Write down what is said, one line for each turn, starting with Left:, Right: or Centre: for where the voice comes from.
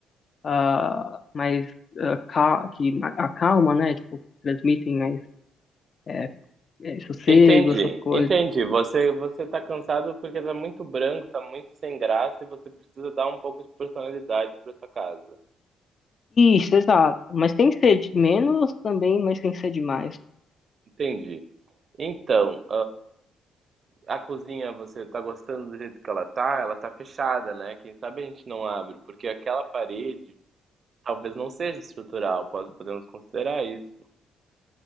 Left: ah mais ah, ca- que acalma, né? Tipo, que transmitem mais é, é, sossego,
Right: Entendi,
Left: essas coisas.
Right: entendi. Você você tá cansado porque tá muito branco, tá muito sem graça e você precisa dar um pouco de personalidade para sua casa.
Left: Isso, exato. Mas tem que ser de menos também, mas tem que ser de mais.
Right: Entendi. Então, A cozinha, você tá gostando do jeito que ela tá? Ela tá fechada, né? Quem sabe a gente não abre, porque aquela parede talvez não seja estrutural, pode- podemos considerar isso.